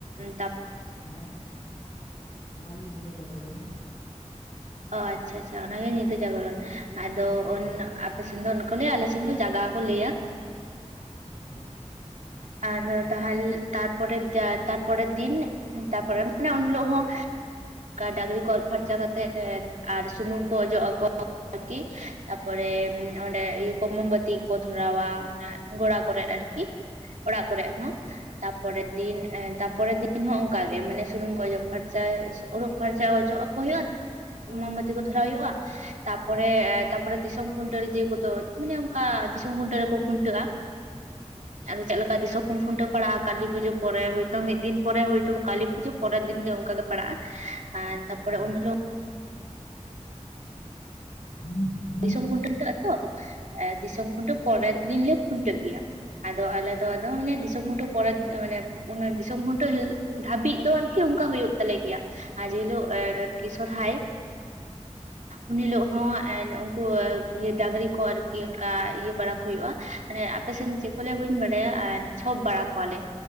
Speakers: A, on the right (about 80°); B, on the left (about 65°).
A: ᱛᱟ
B: ᱚᱱᱟᱜᱮ ᱚᱱᱟᱜᱮ ᱧᱤᱫᱟᱹ ᱡᱟᱜᱽᱨᱚᱱ ᱫᱚ᱾
A: ᱚ ᱟᱪᱪᱷᱟ ᱟᱪᱪᱷᱟ ᱚᱱᱟᱜᱮ ᱧᱤᱫᱟᱹ ᱡᱟᱜᱚᱨᱚᱱ ᱟᱫᱚ
B: ᱦᱳᱭ
A: ᱟᱯᱮ ᱥᱮᱱ ᱫᱚ ᱠᱚ ᱞᱟᱹᱭᱟ ᱟᱞᱮ ᱥᱮᱫ ᱫᱚ ᱡᱟᱜᱟᱣ ᱠᱚ ᱞᱟᱹᱭᱟ᱾
B: ᱦᱳᱭ
A: ᱟᱫᱚ ᱛᱟᱦᱚᱞᱮ ᱛᱟᱨᱯᱚᱨᱮᱨ ᱛᱟᱨᱯᱚᱨᱮᱨ ᱫᱤᱱ ᱛᱟᱨᱯᱚᱨᱮ ᱢᱟᱱᱮ ᱩᱱ ᱦᱤᱞᱳᱜ ᱦᱚᱸ ᱰᱟᱹᱝᱨᱤ ᱠᱚ ᱟᱨᱩᱵ ᱯᱷᱟᱨᱪᱟ ᱠᱟᱛᱮ ᱟᱨ ᱥᱩᱱᱩᱢ ᱠᱚ ᱚᱡᱚᱜ ᱟᱠᱚ ᱟᱨᱠᱤ ᱛᱟᱯᱚᱨᱮ ᱚᱸᱰᱮ ᱠᱚ ᱢᱳᱢᱵᱟᱹᱛᱤ ᱠᱚ ᱫᱷᱚᱨᱟᱣᱟ᱾ ᱜᱚᱲᱟ ᱠᱚᱨᱮ ᱟᱨᱠᱤ ᱚᱲᱟᱜ ᱠᱚᱨᱮ ᱦᱚᱸ
B: ᱦᱳᱭ
A: ᱛᱟᱨᱯᱚᱨᱮᱨ ᱫᱤᱱ
B: ᱦᱩᱸ,
A: ᱛᱟᱨᱯᱚᱨᱮᱨ ᱫᱤᱱ ᱦᱚᱸ ᱚᱱᱠᱟᱜᱮ ᱢᱟᱱᱮ ᱥᱩᱱᱩᱢ ᱠᱚ ᱚᱡᱚᱜ ᱯᱷᱟᱨᱪᱟ ᱚᱡᱚᱜ ᱯᱷᱟᱨᱪᱟ ᱚᱪᱚᱜᱼᱟ ᱦᱩᱭᱩᱜᱼᱟ ᱢᱳᱢᱵᱟᱹᱛᱤ ᱠᱚ ᱫᱷᱚᱨᱟᱣ ᱦᱩᱭᱩᱜᱼᱟ᱾ ᱛᱟᱨᱯᱚᱨᱮ ᱛᱟᱨᱯᱚᱨᱮ ᱫᱤᱥᱚᱢ ᱠᱷᱩᱱᱴᱟᱹᱣ ᱨᱮ ᱫᱮ ᱠᱚᱫᱚ ᱢᱟᱱᱮ ᱚᱱᱠᱟ ᱫᱤᱥᱚᱢ ᱠᱷᱩᱱᱴᱟᱹᱣ ᱨᱮᱠᱚ ᱠᱷᱩᱱᱴᱟᱹᱜᱼᱟ᱾ ᱟᱫᱚ ᱪᱮᱫ ᱞᱮᱠᱟ
B: ᱟᱪᱪᱷᱟ
A: ᱫᱤᱥᱚᱢ ᱠᱷᱩᱱᱴᱟᱹᱣ ᱯᱟᱲᱟᱜᱼᱟ ᱠᱟᱹᱞᱤ ᱯᱩᱡᱟᱹ ᱯᱚᱨᱮ ᱦᱚᱭ ᱛᱚ ᱢᱤᱫ ᱫᱤᱱ ᱯᱚᱨᱮ ᱦᱚᱭ ᱛᱚ ᱠᱟᱹᱞᱤ ᱯᱩᱡᱟᱹ ᱯᱚᱨᱮᱨ ᱫᱤᱱ ᱜᱮ ᱚᱱᱠᱟ ᱜᱮ ᱯᱟᱲᱟᱜᱼᱟ ᱟᱨ ᱛᱟᱯᱚᱨᱮ
B: ᱦᱩᱸ,
A: ᱩᱱ ᱦᱤᱞᱚᱜ
B: <inaudible>
A: ᱫᱤᱥᱚᱢ ᱠᱷᱩᱱᱴᱟᱹᱜ ᱟ ᱛᱚ ᱮ ᱫᱤᱥᱚᱢ ᱠᱷᱩᱱᱴᱟᱹᱣ ᱯᱚᱨᱮᱨ
B: ᱦᱳᱭ
A: ᱫᱤᱱ ᱞᱮ ᱠᱷᱩᱱᱴᱟᱹᱜ ᱜᱮᱭᱟ᱾ ᱟᱫᱚ ᱟᱞᱮ ᱫᱚ ᱟᱫᱚ ᱢᱟᱱᱮ ᱫᱤᱥᱚᱢ ᱠᱷᱩᱱᱴᱟᱹᱣ ᱯᱚᱨᱮᱛ ᱢᱟᱱᱮᱼᱼ ᱚᱱᱟ ᱫᱤᱥᱚᱢ ᱠᱷᱩᱱᱴᱟᱹᱣ ᱫᱷᱟᱹᱵᱤᱡ ᱫᱚ ᱟᱨᱠᱤ ᱚᱱᱠᱟ ᱦᱩᱭᱩᱜ ᱛᱟᱞᱮ ᱜᱮᱭᱟ᱾ ᱟᱨ ᱡᱮᱦᱤᱞᱳᱜ ᱮ ᱟᱨᱠᱤ ᱥᱚᱨᱦᱟᱭ,
B: ᱦᱳᱭ
A: ᱩᱱ ᱦᱤᱞᱳᱜ ᱦᱚᱸ ᱮ᱾ ᱩᱱᱠᱩ ᱰᱟᱹᱝᱨᱤ ᱠᱚ ᱟᱨᱠᱤ ᱚᱱᱠᱟ ᱤᱭᱟᱹ ᱵᱟᱲᱟ ᱠᱚ ᱦᱩᱭᱩᱜᱼᱟ ᱾ ᱢᱟᱱᱮ ᱟᱯᱮ ᱥᱮᱱ ᱫᱚ ᱪᱮᱫ ᱠᱚ ᱞᱟᱹᱭᱟ ᱵᱟᱹᱧ ᱵᱟᱰᱟᱭᱟ ᱟᱨᱼᱼ ᱪᱷᱚᱵ ᱵᱟᱲᱟ ᱠᱚᱣᱟᱞᱮ